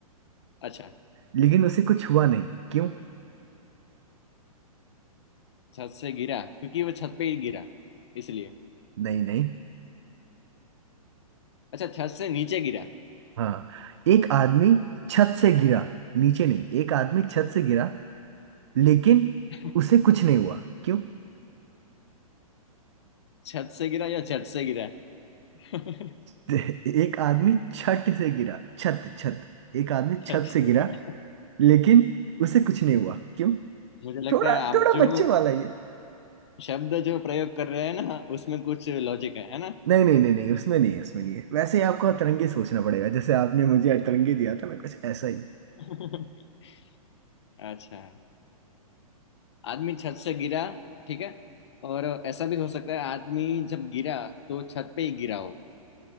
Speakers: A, on the left; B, on the right.
A: अच्छा
B: लेकिन उसे कुछ हुआ नहीं क्यों
A: छत से गिरा क्योंकि वो छत पे ही गिरा इसलिए
B: नहीं नहीं
A: अच्छा छत से नीचे गिरा
B: हाँ एक आदमी छत से गिरा नीचे नहीं एक आदमी छत से गिरा लेकिन
A: <laughs>
B: उसे कुछ नहीं हुआ क्यों
A: छत से गिरा या छत से गिरा <laughs>
B: <laughs> एक आदमी छत से गिरा छत छत एक आदमी छत
A: छत से
B: से गिरा
A: गिरा
B: लेकिन उसे कुछ नहीं हुआ क्यों
A: मुझे लगता
B: थोड़ा
A: है आप
B: थोड़ा
A: जो
B: बच्चों वाला ये
A: शब्द जो प्रयोग कर रहे हैं ना उसमें कुछ लॉजिक है है ना
B: नहीं नहीं नहीं नहीं उसमें नहीं है उसमें नहीं है वैसे ही आपको अतरंगी सोचना पड़ेगा जैसे आपने मुझे अतरंगी दिया था मैं कुछ ऐसा ही
A: <laughs> अच्छा आदमी छत से गिरा ठीक है और ऐसा भी हो सकता है आदमी जब गिरा तो छत पे ही गिरा हो